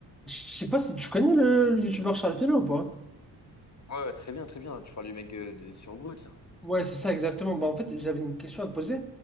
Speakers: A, in the centre; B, on the left.
A: Je sais pas si tu connais le, le youtubeur Charles Félix ou pas?
B: Ouais, ouais, très bien, très bien. Tu parles du mec euh, de, sur Brut, là.
A: Ouais, c'est ça exactement. Bah, en fait, j'avais une question à te poser.